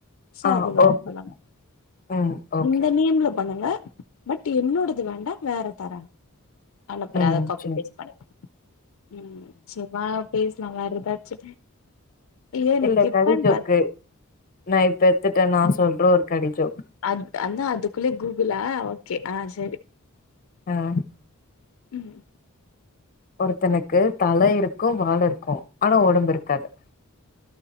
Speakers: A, on the left; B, on the left.
A: ச
B: ஆ
A: அது வேர
B: ஓகே
A: பண்ணணு
B: ம் ஓகே
A: இந்த நேம்ல பண்ணுங்க பட் என்னோடது வேண்டாம் வேற தரே அனுப்புற
B: ம்
A: அத காப்பி
B: சேரி
A: பேஸ்ட் பண்ணுங்க ம் சரி வா பேசலாம் வேறயெதாச்சு ஏ எனக்கு
B: இல்ல
A: இப்பனு
B: கடி ஜோக்கு
A: பாத்து
B: நா இப்ப எத்துட்டே நா சொல்றே ஒரு கடிஜோக்
A: அ அனா அதுக்குள்ளே கூகுளா ஓகே ஆஹ் சரி
B: ஆஹ்
A: உம்
B: ஒருத்தனுக்கு தல இருக்கு வால் இருக்கு ஆனா ஒடம்பு இருக்காது